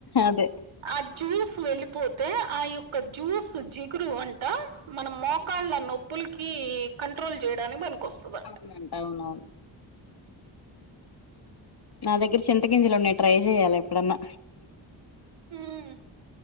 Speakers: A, on the left; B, on the right.
A: అదే
B: ఆ జ్యూస్ వెళ్ళిపోతే ఆ యొక్క జ్యూస్ జిగురు అంట మనం మోకాళ్ళ నొప్పులకి కంట్రోల్ చేయడానికి పనికి వస్తది అం
A: స్తుందంటా అవునవును. నా దగ్గర చింతగింజలున్నాయి ట్రై చెయ్యాలి ఎప్పుడన్నా.
B: హ్.